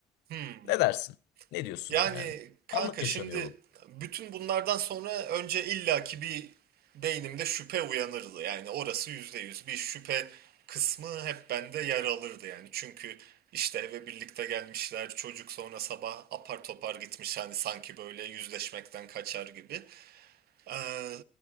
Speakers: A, on the right (about 65°); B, on the left (about 85°).
A: hmm.
B: Ne dersin? Ne diyorsun
A: Yani
B: yani?
A: kanka
B: Anlık yaşanıyor
A: şimdi
B: bu.
A: bütün bunlardan sonra önce illaki bir beynimde şüphe uyanırdı. Yani orası yüzde yüz bir şüphe kısmı hep bende yer alırdı yani. Çünkü işte eve birlikte gelmişler çocuk sonra sabah apar topar gitmiş hani sanki böyle yüzleşmekten kaçar gibi. Ee,